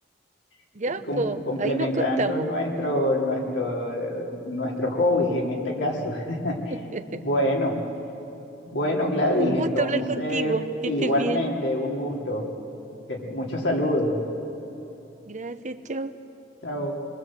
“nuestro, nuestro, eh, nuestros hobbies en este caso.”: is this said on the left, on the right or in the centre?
Left